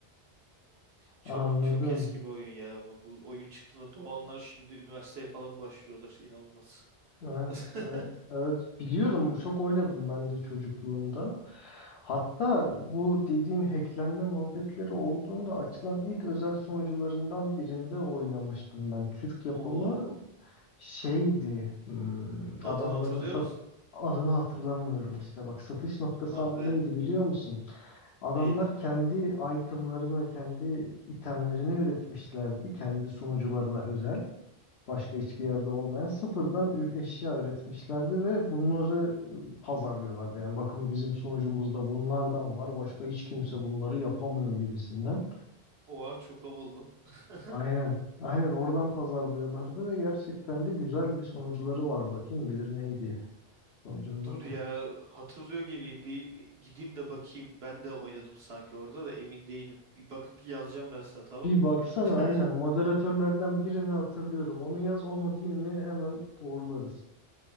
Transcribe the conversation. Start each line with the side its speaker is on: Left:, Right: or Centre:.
Right: Çok
Left: Anladım.
Right: çok eski bir oyun ya ama bu oyun çıktığında doğanlar şimdi üniversiteye falan başlıyorlar. İnanılmaz.
Left: Evet,
Right: <laughs>
Left: evet, evet. Biliyorum, çok oynadım ben de çocukluğumda. Hatta bu dediğin hacklenme muhabbetleri olduğunda açılan ilk özel sunucularından birinde oynamıştım ben. Türk yapımı
Right: Oo.
Left: şeydi, hmm,
Right: Adını
Left: adamların
Right: hatırlıyor
Left: sat
Right: musun?
Left: adını hatırlamıyorum işte. Bak satış noktası
Right: Ah
Left: ama
Right: be.
Left: neydi biliyor musun? Adamlar
Right: Neydi?
Left: kendi itemlarını, kendi itemlerini üretmişlerdi, kendi sunucularına özel başka hiçbir yerde olmayan sıfırdan ü- eşya üretmişlerdi ve bunları e, pazarlıyorlardı. Yani bakın bizim sonucumuzda bunlardan var. Başka hiç kimse bunları yapamıyor gibisinden.
Right: Oha çok havalı. lan. <laughs>
Left: Aynen. Aynen oradan pazarlıyorlardı ve gerçekten de güzel bir sonuçları vardı. Kim bilir neydi sonucunun
Right: Dur
Left: adı.
Right: ya hatırlıyor gibiyim. Bir gideyim de bakayım. Ben de oynadım sanki orada da emin değilim. Bir bakıp yazacağım ben sana tamam.
Left: Bir baksana
Right: <laughs>
Left: aynen moderatörlerden birini hatırlıyorum. Onu yaz o mu değil mi hemen doğrularız.